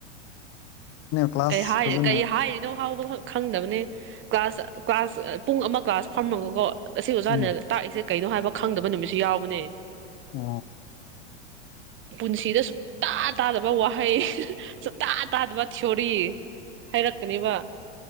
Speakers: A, on the left; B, on the right.
A: ꯀ꯭ꯂꯥꯁ
B: ꯀꯔꯤ ꯍꯥꯏꯔꯤ
A: ꯐꯖꯅ
B: ꯀꯩ ꯍꯥꯏꯔꯤꯅꯣ ꯍꯥꯎꯕ ꯈꯪꯗꯕꯅꯦ ꯀ꯭ꯂꯥꯁ ꯀ꯭ꯂꯥꯁ ꯄꯨꯡ ꯑꯃ ꯀ꯭ꯂꯥꯁ ꯊꯝꯃꯒꯀꯣ ꯑꯁꯤ ꯑꯣꯖꯥꯅꯦꯅ
A: ꯎꯝ
B: ꯇꯥꯛꯏꯁꯦ ꯀꯩꯅꯣ ꯍꯥꯏꯕ ꯈꯪꯗꯕ ꯅꯨꯃꯤꯠꯁꯨ ꯌꯥꯎꯕꯅꯦ
A: ꯑ
B: ꯄꯨꯟꯁꯤꯗ ꯁꯨꯡꯇꯥ ꯇꯥꯗꯕ ꯋꯥꯍꯩ ꯁꯇꯥ ꯇꯥꯗꯕ ꯆꯔꯤ ꯍꯥꯏꯔꯛꯀꯅꯦꯕ